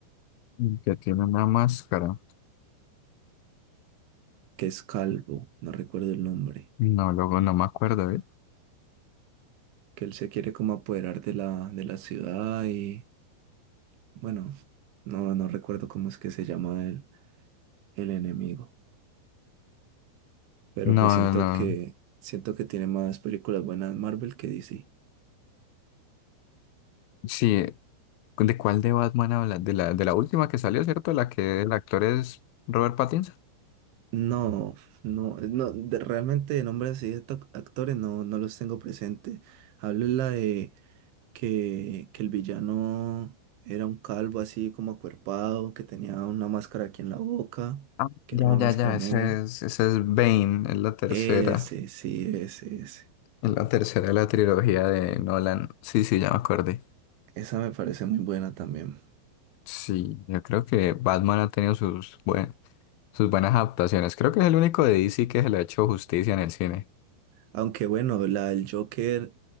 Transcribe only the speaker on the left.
y Que tiene una máscara.
No, luego no me acuerdo, ¿eh?
No,
no.
Sí, ¿de cuál de Batman hablas? De la, de la última que salió, ¿cierto? La que el actor es Robert Pattinson.
Ah,
ya,
ya, ya,
ese es, ese es Bane, es la tercera.
Es la tercera de la trilogía de Nolan. Sí, sí, ya me acordé.
Sí, yo creo que Batman ha tenido sus, buen- sus buenas adaptaciones. Creo que es el único de DC que se le ha hecho justicia en el cine.